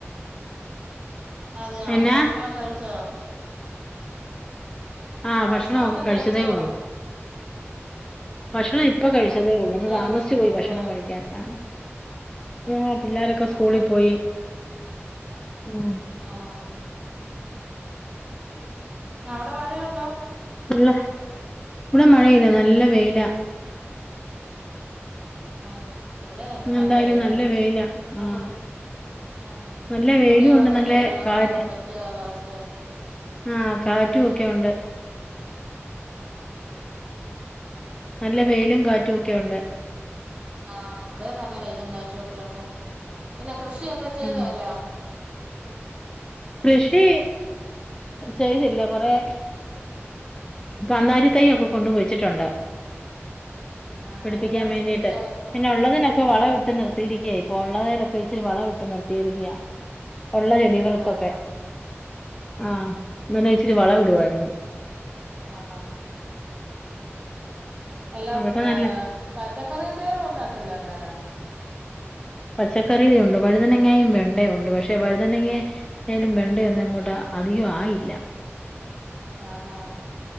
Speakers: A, on the right (about 25°); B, on the left (about 15°).
A: അതെയോ
B: എന്നാ
A: ഭക്ഷണൊക്കെ കഴിച്ചോ?
B: ആഹ്
A: ഭക്ഷണൊക്കെ
B: കഴിച്ചതേ
A: കഴിച്ചോ?
B: ഉള്ളൂ ഭക്ഷണം ഇപ്പ
A: ആഹ്
B: കഴിച്ചതേ ഉള്ളൂന്ന്
A: കുട്ടികളൊക്കെ
B: താമസിച്ച്
A: സ്കൂളിൽ
B: പോയി ഭക്ഷണം
A: പോയോ
B: കഴിക്കാൻ ആഹ് പിള്ളോരൊക്കെ
A: ആഹ്
B: സ്കൂളി
A: ആഹ്
B: പോയി ഉം
A: ആഹ് അവിടെ മഴയുണ്ടോ?
B: ള്ള ഇവിടെ മഴയില്ല നല്ല വെയില.
A: ആഹ് ഇവിടെ ഇന്ന് നല്ല
B: എന്തായാലും
A: വേയില
B: വെയിലാ
A: ഇന്നെതോ
B: ആഹ്
A: ആഹ്
B: നല്ല വെയിലും
A: തുണികളൊക്കെ
B: ഉണ്ട് നല്ല
A: കഴുകണങ്ങാനൊക്കെ
B: കാറ്റ്
A: പറ്റിയ കാലാവസ്ഥ
B: ആഹ് കാറ്റും ഒക്കെ ഉണ്ട്. നല്ല വെയിലും കാറ്റും ഒക്കെ ഇണ്ട്
A: ആഹ് ഇവിടെ നല്ല വെയിലും കാറ്റും ഒക്കെ ഉണ്ട് പിന്നെ കൃഷിയൊക്കെ ചെയ്തല്ലോ?
B: ഉം കൃഷി ചെയ്തില്ല കൊറെ കന്താരി തൈ ഒക്കെ കൊണ്ട്കുയിച്ചിട്ടുണ്ട്
A: ആഹ്
B: പിടിപ്പിക്കാൻ
A: എല്ലാം
B: വേണ്ടിട്ട്
A: ശരിയായപ്പോ
B: പിന്നെ ഉള്ളതിനൊക്കെ
A: ആഹ്
B: വളം ഇട്ട് നിർത്തിയിരിക്കയായി. ഇപ്പൊ ഉള്ളലൊക്കെ വെച്ചിരി വളം ഇട്ട് നിർത്തിയിരിക്കയ ഉള്ള ചെടി
A: ആഹ്
B: തൊക്കെ ആഹ് ഇങ്ങനെ ഇച്ചിരി വള ഇടുരുന്നു,
A: ആഹ് ആഹ് എല്ലാം
B: അതൊക്കെ
A: ഏഹ്
B: നല്ല
A: പച്ചക്കറിവിത്ത്കളൊന്നും നട്ടില്ലേ ന്നേര
B: പച്ചക്കറിയില ഉണ്ട് വഴുതനങ്ങയും വെണ്ടയും ഉണ്ട് പക്ഷെ വഴുതനങ്ങെ എലും വെണ്ടയൊന്നും അങ്ങോട്ട് അധികം ആയില്ല
A: ആഹ്